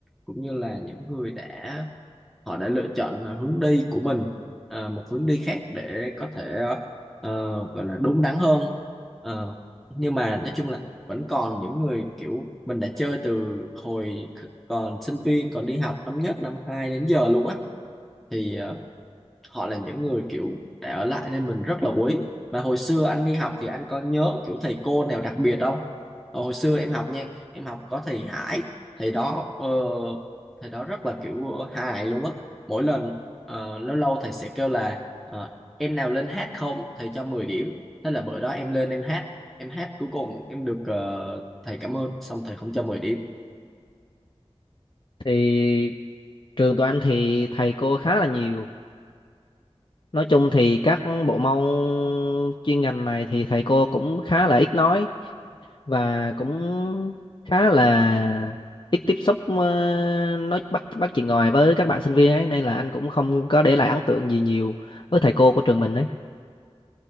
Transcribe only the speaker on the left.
Thì trường tụi anh thì thầy cô khá là nhiều Nói chung thì các bộ môn chuyên ngành này thì thầy cô cũng khá là ít nói và cũng khá là ít tiếp xúc ờ, nói bắt bắt chuyện ngoài với các bạn sinh viên ấy nên là anh cũng không có để lại ấn tượng gì nhiều với thầy cô của trường mình ấy.